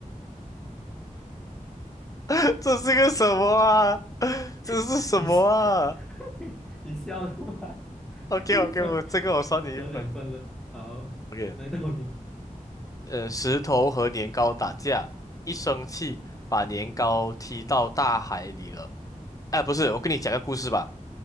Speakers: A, on the left (about 25°); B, in the centre.
A: <laughs> 这是个什么啊？<laughs> 这是什么啊？
B: <laughs> 你是 <laughs> 你笑出来，<laughs>
A: OK
B: 一分，
A: OK，我这个我算你一分。
B: 我得两分了。好，
A: OK，
B: 来到你，
A: 呃，石头和年糕打架，一生气把年糕踢到大海里了。
B: 是
A: 哎，不是，我跟你讲个故事吧。